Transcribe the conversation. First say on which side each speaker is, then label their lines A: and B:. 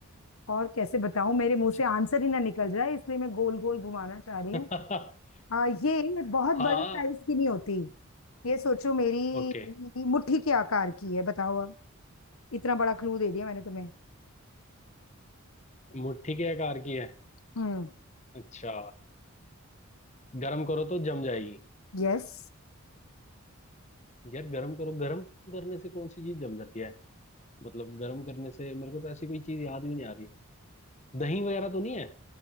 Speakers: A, on the left (about 70°); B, on the left (about 30°).
A: और कैसे बताऊं मेरे मुंह
B: अच्छा
A: से आंसर ही ना निकल जाए इसलिए मैं गोल गोल घुमाना चाह रही
B: <laughs>
A: हूँ आ, ये बहुत
B: हाँ
A: बड़े साइज की नहीं होती ये सोचो मेरी
B: ओके
A: मुट्ठी के आकार की है बताओ अब इतना बड़ा क्लू दे दिया मैंने तुम्हें
B: मुट्ठी के आकार की है
A: हम्म
B: अच्छा गरम करो तो जम जाएगी
A: यस
B: यार गरम करो गरम करने से कौन सी चीज जम जाती है मतलब गरम करने से मेरे को तो ऐसी कोई चीज याद भी नहीं आ रही दही वगैरह तो नहीं है